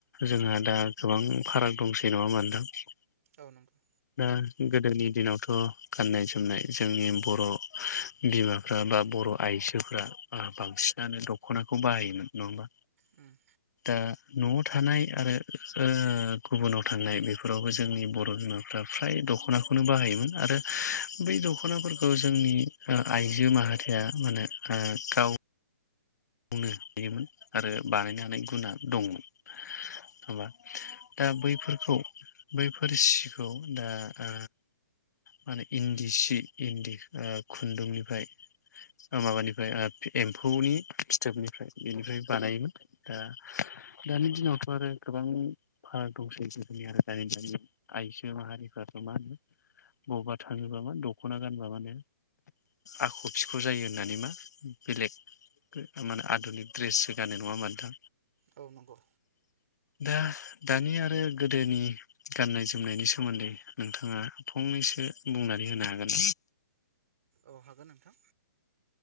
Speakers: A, on the left; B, on the right.
A: जोंहा दा गोबां फाराग दंसै नङा होमबा नोंथां
B: अ नंगौ
A: <unintelligible> गोदोनि दिनावथ गाननाय जोमनाय जोंनि बर बिमाफ्रा बा बर आइजोफ्रा ओ बांसिनानो दखनाखौ बाहायोमोन नङा होमबा
B: उम
A: ओ नआव थानाय आरो ओ गुबुनाव थांनाय बेफोरावबो जोंनि बर बिमा फ्रा फ्राय दखनाखौनो बाहायोमोन आरो बै दखनाफोरखौ जोंनि ओ आइजो माहारिया माने ओ गाव गावनो दायोमोन आरो बानायनो हानाय गुना दंमोन होमबा दा बैफोरखौ बैफोर सिखौ दा ओ मानो इन्दि सि इन्दि ओ‌ खुन्दुंनिफ्राय ओ माबानिफ्राय ओ फि एम्फौनि फि थोबनिफ्राय बेनिफ्राय बानायोमोन दा दानि दिनावथ आरो गोबां फाराग दंसै गोदोनि आरो दानि दानि आइजो माहारिफ्राथ मा होनो मबावबा थाङोबा मा दखना गानबा मा नो आख‌ फिख जायो होननानै मा बेलेगखो ओम मानो आधुनिक द्रेससो गानो नङा होमबा नोंथां
B: औ नंगौ
A: दा दानि आरो गोदोनि गाननाय जोमनायनि सोमोन्दै नोंथाङा फंनैसो बुंनानै होनो हागोन
B: औ हागोन नोंथां